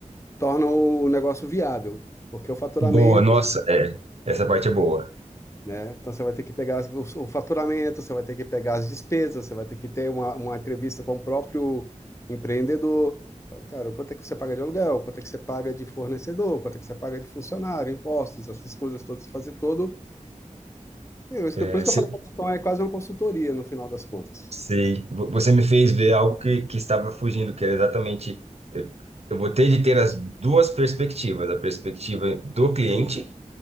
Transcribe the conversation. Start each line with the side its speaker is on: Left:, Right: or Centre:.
Left: torna o negócio viável, porque o faturamento,
Right: Boa, nossa, é, essa parte é boa.
Left: né? Então você vai ter que pegar as- o o faturamento, você vai ter que pegar as despesas, você vai ter que ter uma, uma entrevista com o próprio empreendedor. Fala, Cara, quanto é que você paga de aluguel? Quanto é que você paga de fornecedor? Quanto é que você paga de funcionário? Impostos, essas coisas todas, fazer todo. É, isso
Right: É,
Left: Por isso que
Right: se-
Left: eu falei que a questão é quase uma consultoria no final das contas.
Right: sei. Vo- Você me fez ver algo que, que estava fugindo, que era exatamente. Eu, eu vou ter de ter as duas perspectivas: a perspectiva do cliente,
Left: Sim,